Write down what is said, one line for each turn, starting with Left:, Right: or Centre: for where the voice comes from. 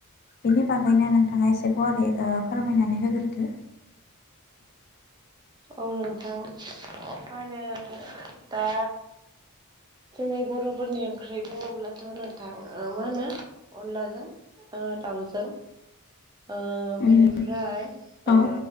Left: बेनि बागैनो नोंथाङा एसे गुवारै फोरमायनानै होग्रोदो
Right: औ नोंथां मा होनो दा जोंनि बर'फोरनि ओंख्रि बुङोब्लाथ' नोंथां मा होनो अनलाजों ओ दाउजों ओ
Left: उम
Right: बेनिफ्राय
Left: औ
Right: ओ